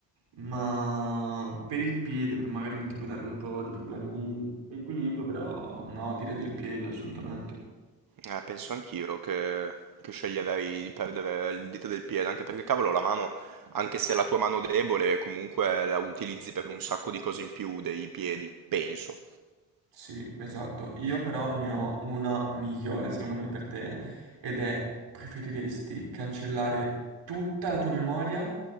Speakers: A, on the right; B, on the right.
A: ma per il piede per- magari mi potrebbe darvi un po' di problemi di equilibrio, però no, direi del piede assolutamente.
B: Eh, penso anch'io che che sceglierei di perdere il dito del piede, anche perché cavolo la mano, anche se è la tua mano debole, comunque la utilizzi per un sacco di cose in più dei piedi, penso.
A: Sì, esatto. Io però ne ho una migliore secondo me per te ed è preferiresti cancellare tutta la tua memoria